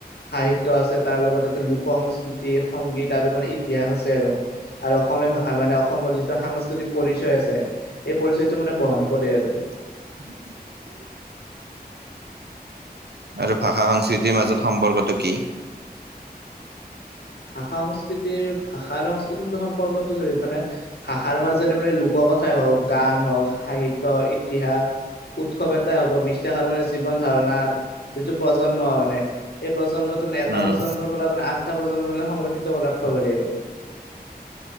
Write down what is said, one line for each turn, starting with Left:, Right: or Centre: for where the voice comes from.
Left: সাহিত্য আছে, তাৰ লগত এ লোক সংস্কৃতি, সংগীত আৰু মানে ইতিহাস আছে আৰু। আৰু অসমীয়াৰ ভাষা মানে, অসমৰ যিটো সাংস্কৃতিক পৰিচয় আছে, সেই পৰিচয়টো মানে বহন কৰে আৰু।
Right: <unintelligible> আৰু ভাষা সংস্কৃতিৰ মাজত সম্পৰ্কটো কি
Left: ভাষা সংস্কৃতিৰ ভাষা আৰু সংস্কৃতিৰ ম সম্পৰ্কতটো মানে ভাষাৰ মাজৰে মানে লোক কথাই হওঁক গান হওক সাহিত্য ইতিহাস উৎসৱ এটাই হওক বা বিশ্বাস আৰু মানে জীৱন ধাৰণাৰ যিটো প্ৰজন্ম মানে সেই প্ৰজন্মটো মানে এটা
Right: উম,
Left: প্ৰজন্মৰ পৰা মানে আনটা প্ৰজন্মলৈ সংৰক্ষিত কৰি ৰাখবা পাৰি আৰু